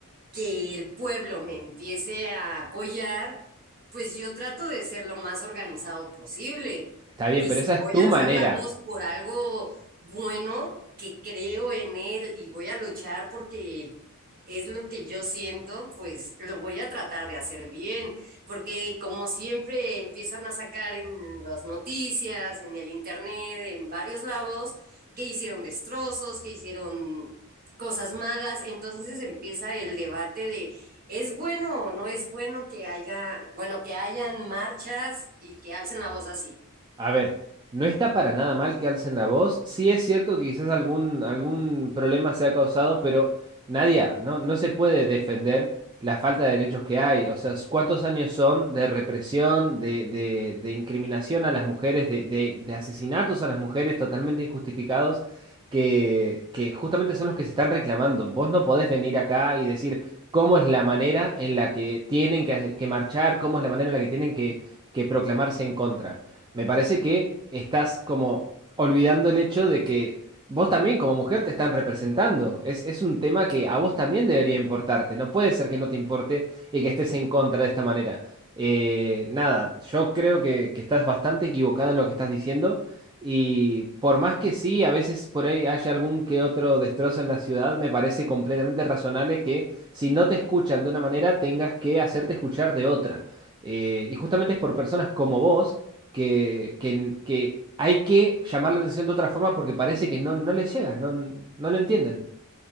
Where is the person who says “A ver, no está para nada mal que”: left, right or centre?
Right